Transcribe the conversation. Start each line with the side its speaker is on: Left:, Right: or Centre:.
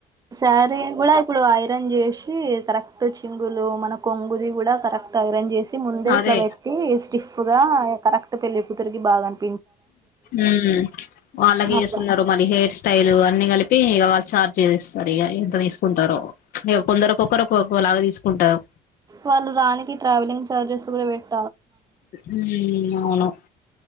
Right: సారీ కూడా ఇప్పుడు ఐరన్ జేసి కరక్ట్ చింగులు మత్ నా కొంగుది కూడా కరక్ట్ ఐరన్ జేసి ముందే
Left: అదే
Right: ఇట్లా పెట్టి స్టిఫ్ గా కరక్ట్ పెళ్లి తరికి బాగన్
Left: ఉమ్మ్ వాళ్ళకీ
Right: అట్లా
Left: ఏసున్నరు మరి హెయిర్ స్టైల్ ఆ అన్ని కలిపి ఇక వాళ్ళు చార్జ్ చేస్తరిగా ఇంత తీసుకుంటరు ఇక కొందరు ఒకొక్కరు ఒక్కొక్కలా తీసుకు కుంటారు
Right: వాళ్ళు రానికి ట్రావెలింగ్ చార్జెస్ కూడా వేట్
Left: ఉమ్ ఔను